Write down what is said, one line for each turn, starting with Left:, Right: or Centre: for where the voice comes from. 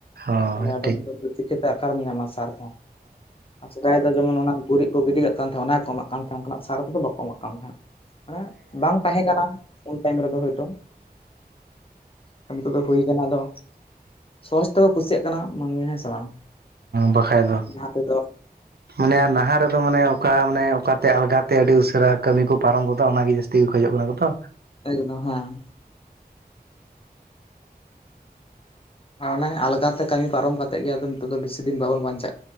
Right: ᱦᱳᱭ
Left: ᱛᱟᱦᱚᱞᱮ ᱟᱫᱚ
Right: ᱴᱷᱤᱠ
Left: ᱪᱤᱠᱛᱮᱟᱨᱮ ᱧᱟᱢᱟ ᱥᱟᱨ᱾ ᱥᱮᱫᱟᱭ ᱫᱚ ᱡᱮᱢᱚᱱ ᱚᱱᱟ ᱜᱩᱨᱤᱡ ᱠᱚ ᱜᱤᱰᱤ ᱠᱟᱜ ᱠᱟᱱ ᱛᱟᱦᱮᱸᱫ ᱚᱱᱟ ᱜᱮᱠᱚ ᱮᱢᱟᱜ ᱠᱟᱱ ᱛᱟᱦᱮᱸᱫ ᱚᱱᱠᱟᱱᱟᱜ ᱥᱟᱨ ᱠᱚᱫᱚ ᱵᱟᱠᱚ ᱮᱢᱟᱜ ᱠᱟᱱ ᱛᱟᱦᱮᱸᱫ ᱢᱟᱱᱮ ᱵᱟᱝ ᱛᱟᱦᱮᱸ ᱠᱟᱱᱟ ᱩᱱ ᱴᱟᱭᱤᱢ ᱨᱮᱫᱚ ᱦᱚᱭᱛᱳ ᱠᱟᱹᱢᱤ ᱠᱟᱫᱚ ᱦᱩᱭ ᱠᱟᱱᱟ ᱟᱫᱚ ᱥᱚᱦᱚᱡ ᱛᱮᱠᱚ ᱠᱩᱥᱤᱭᱟᱜ ᱠᱟᱱᱟ ᱢᱟᱹᱱᱢᱤ ᱦᱮᱸ ᱥᱮ ᱵᱟᱝ
Right: ᱵᱟᱠᱟᱡ ᱫᱚ
Left: ᱡᱟᱦᱟᱸ ᱛᱮᱫᱚ
Right: ᱢᱟᱱᱮ ᱱᱟᱦᱟᱜ ᱨᱮᱫᱚ ᱢᱟᱱᱮ ᱚᱠᱟ ᱢᱟᱱᱮ ᱚᱠᱟᱛᱮ ᱟᱞᱜᱟᱛᱮ ᱟᱹᱰᱤ ᱩᱥᱟᱹᱨᱟ ᱠᱟᱹᱢᱤ ᱠᱚ ᱯᱟᱨᱚᱢ ᱜᱚᱫᱟᱜ ᱚᱱᱟᱜᱮ ᱡᱟᱹᱥᱛᱤ ᱜᱮ ᱠᱷᱚᱡᱚᱜ ᱠᱟᱱᱟ ᱠᱚᱫᱚ
Left: ᱮᱠᱫᱚᱢ ᱦᱮᱸ ᱟᱨ ᱚᱱᱮ ᱟᱞᱜᱟᱛᱮ ᱠᱟᱹᱢᱤ ᱯᱟᱨᱚᱢ ᱠᱟᱛᱮᱜ ᱜᱮ ᱟᱫᱚ ᱱᱤᱛᱚᱜ ᱫᱚ ᱵᱮᱥᱤ ᱫᱤᱱ ᱵᱟᱵᱚᱱ ᱵᱟᱧᱪᱟᱜᱼᱟ᱾